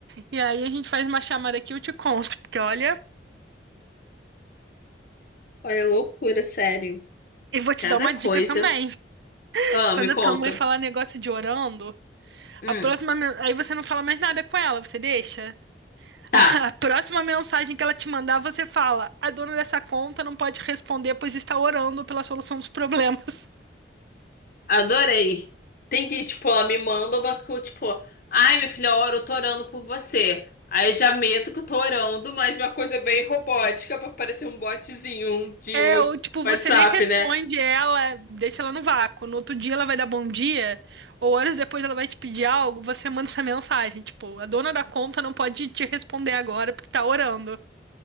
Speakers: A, on the right; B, on the left.
A: E aí a gente faz uma chamada aqui e eu te conto. Porque olha,
B: Olha, loucura, sério.
A: e vou te
B: Cada
A: dar uma dica
B: coisa.
A: também. <laughs>
B: Ah,
A: Quando
B: me conta.
A: a tua mãe falar negócio de orando,
B: Hum,
A: a próxima. men- Aí você não fala mais nada com ela, você deixa?
B: tá.
A: <laughs> A próxima mensagem que ela te mandar, você fala: a dona dessa conta não pode responder, pois está orando pela solução dos problemas. <laughs>
B: Adorei. Tem que, tipo, ela me manda uma, co- tipo, ai, minha filha, ora, eu tô orando por você. Aí eu já meto que eu tô orando, mas uma coisa bem robótica pra parecer um botzinho de
A: É, ou tipo, você
B: WhatsApp,
A: nem responde
B: né?
A: ela, deixa ela no vácuo. No outro dia ela vai dar bom dia, ou horas depois ela vai te pedir algo, você manda essa mensagem, tipo, a dona da conta não pode te responder agora porque tá orando.